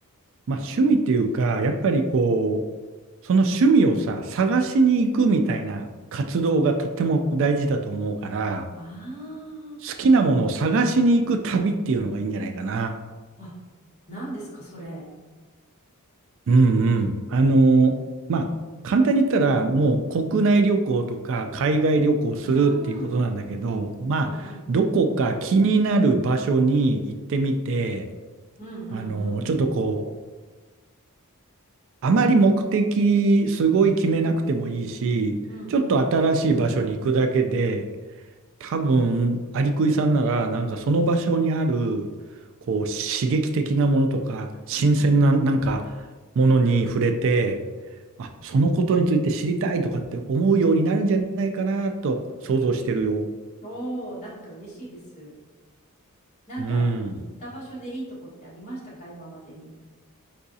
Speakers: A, on the right; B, on the left.
A: まあ趣味っていうか、やっぱりこう、その趣味をさ、探しに行くみたいな活動がとっても大事だと思うから、
B: ああ
A: 好きなものを探しに行く旅っていうのがいいんじゃないかな。
B: ー、あ、何ですかそれ。
A: うんうん。あの、まあ、簡単に言ったら、もう国内旅行とか海外旅行するっていうことなんだけど、
B: うーん、
A: まあ、
B: うんうん、
A: どこか気になる場所に行ってみて、
B: うんうんうんうん、
A: あの、ちょっとこう、あまり目的すごい決めなくてもいいし、
B: うん
A: ちょっと新しい場所に行くだけで、多分、アリクイさんなら、なんかその場所にある、こう、刺激的なものとか、新鮮な、
B: うん、うん。
A: なんか、ものに触れて、あ、そのことについて知りたいとかって思うようになるんじゃないかなと想像してるよ。
B: おー、なんか嬉しいです。なんか行った場所でいいとこってありましたか今までに。
A: うん。